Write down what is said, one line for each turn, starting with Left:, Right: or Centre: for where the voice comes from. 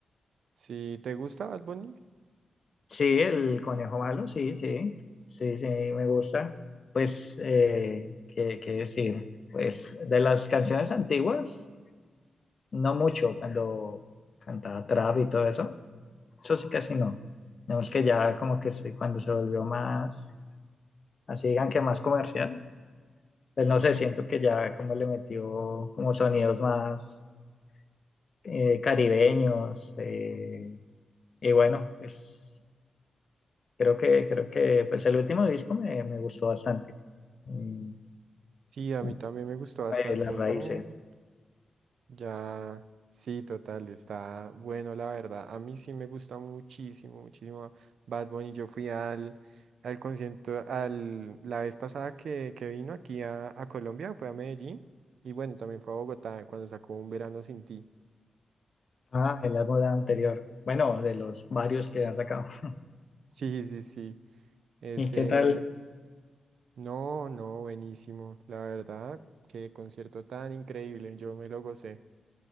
Right: Si te gusta Bad Bunny,
Left: Sí, el conejo malo, sí, sí, sí, sí, me gusta. Pues, eh, ¿qué, qué decir? Pues de las canciones antiguas, no mucho, cuando cantaba trap y todo eso, eso sí casi no. Tenemos que ya como que sí, cuando se volvió más, así digan que más comercial, pues no sé, siento que ya como le metió como sonidos más eh, caribeños, eh, y bueno, pues Creo que, creo que pues el último disco me, me gustó bastante. Mm,
Right: sí, a
Left: como
Right: mí también me gustó bastante,
Left: de las
Right: ¿no?
Left: raíces.
Right: Ya, sí, total, está bueno, la verdad. A mí sí me gusta muchísimo, muchísimo Bad Bunny. Yo fui al, al concierto, al, la vez pasada que, que vino aquí a, a Colombia, fue a Medellín, y bueno, también fue a Bogotá cuando sacó Un Verano Sin Ti.
Left: Ah, el álbum anterior. Bueno, de los varios que han sacado. <laughs>
Right: Sí, sí, sí. Ese,
Left: ¿Y qué tal?
Right: no, no, buenísimo. La verdad, qué concierto tan increíble. Yo me lo gocé.